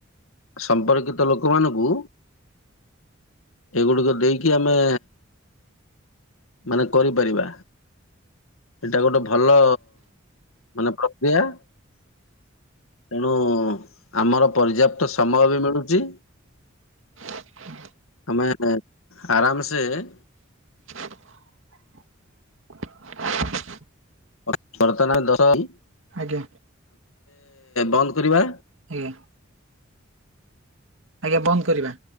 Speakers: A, on the left; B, on the right.
A: ସମ୍ପର୍କିତ ଲୋକମାନଙ୍କୁ ଏଗୁଡ଼ିକ ଦେଇକି ଆମେ ମାନେ କରିପାରିବା, ଏଟା ଗୋଟେ ଭଲ ମାନେ ତେଣୁ ଆମର ପର୍ଯ୍ୟାପ୍ତ ସମୟ ବି ମିଳୁଚି।
B: <unintelligible>
A: <inaudible>
B: <unintelligible>
A: <inaudible>
B: ଆଜ୍ଞା।
A: ବନ୍ଦ୍ କରିବା।
B: <inaudible> ଆଜ୍ଞା, ବନ୍ଦ୍ କରିବା।